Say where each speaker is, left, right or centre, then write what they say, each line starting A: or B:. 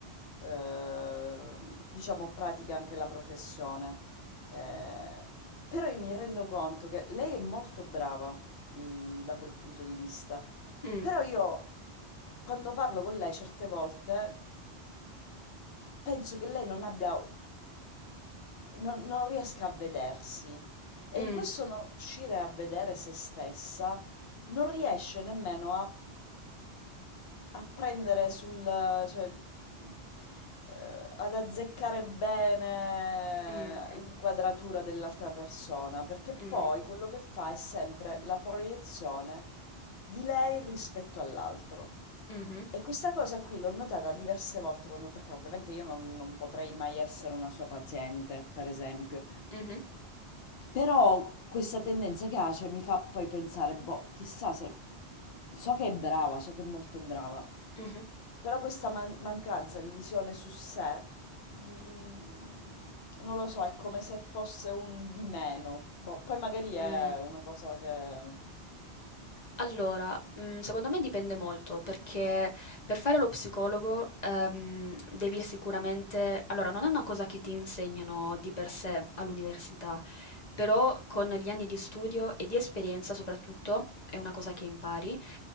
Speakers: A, on the left (about 65°); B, on the left (about 45°).
A: eh, diciamo, pratica anche la professione. Eh, però io mi rendo conto che lei è molto brava, mm, da quel punto di vista,
B: Mh,
A: però io quando parlo con lei certe volte... Penso che lei non abbia non non riesca a vedersi e
B: mh,
A: in questo non riuscire a vedere se stessa, non riesce nemmeno a a prendere sul cioè, mhmm, ehm, ad azzeccare bene
B: mh.
A: l'inquadratura dell'altra persona, perché poi
B: Mh.
A: quello che fa è sempre la proiezione di lei rispetto all'altro.
B: Mh-mh.
A: E questa cosa qui l'ho notata diverse volte, quando- perché ovviamente io non, non potrei mai essere una sua paziente, per esempio.
B: Mh-mh.
A: Però questa tendenza che ha, cioè, mi fa poi pensare, boh, chissà se... So che è brava, so che è molto brava,
B: Mh-mh.
A: però questa man- mancanza di visione su sé, mm, non lo so, è come se fosse un di meno. Boh, poi magari è
B: Mh.
A: una cosa che...
B: Allora, mhmm, secondo me dipende molto, perché per fare lo psicologo, ehm, devi sicuramente allora non è una cosa che ti insegnano di per sé all'università, però con gli anni di studio e di esperienza soprattutto, è una cosa che impari,